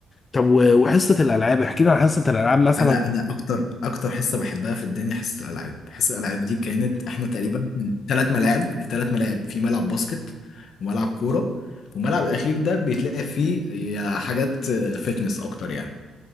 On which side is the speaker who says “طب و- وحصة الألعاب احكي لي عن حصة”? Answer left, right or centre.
Left